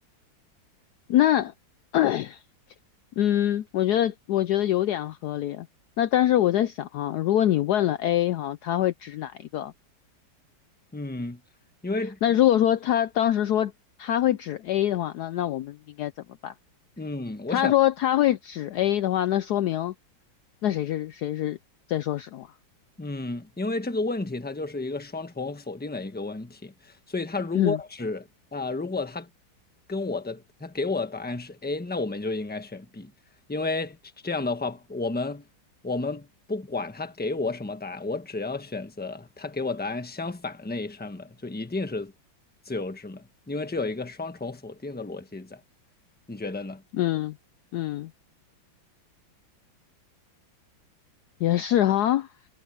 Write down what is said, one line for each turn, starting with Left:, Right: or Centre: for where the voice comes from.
Left: 那 <clears throat> 嗯，我觉得我觉得有点合理。那但是我在想啊，如果你问了 A 哈、他会指哪一个？
Centre: 嗯，因为
Left: 那如果说他当时说他会指 A 的话，那那我们应该怎么办？
Centre: 嗯，我想
Left: 他说他会指 A 的话，那说明那谁是谁是在说实话。
Centre: 嗯，因为这个问题它就是一个双重否定的一个问题，所以它如果只啊、
Left: <clears throat> 嗯
Centre: 如果它跟我的它给我的答案是 A，那我们就应该选 B，因为这样的话，我们我们不管他给我什么答案，我只要选择他给我答案相反的那一扇门，就一定是自由之门，因为这有一个双重否定的逻辑在。你觉得呢？
Left: 嗯嗯，也是哈，